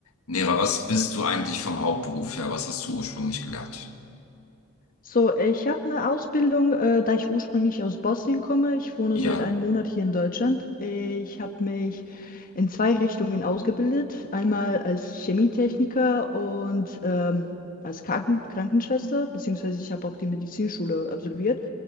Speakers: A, on the left; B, on the left.
A: Nera, was bist du eigentlich vom Hauptberuf her? Was hast du ursprünglich gelernt?
B: So, ich habe eine Ausbildung, äh, da ich ursprünglich aus Bosnien komme. Ich wohne
A: Ja.
B: seit einem Monat hier in Deutschland. Ich habe mich in zwei Richtungen ausgebildet. Einmal als Chemietechniker und ähm, als Kranken Krankenschwester, beziehungsweise ich habe auch die Medizinschule absolviert.